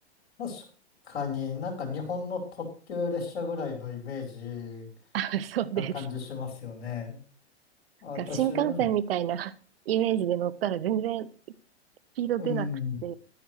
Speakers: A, on the left; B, on the right.
A: 確かになんか日本の特急列車ぐらいのイメージ
B: あ、そうです。
A: な感じしますよね。私、
B: が新幹線みたいな
A: うん、
B: <laughs> イメージで乗ったら全然スピード出なくて、
A: うん、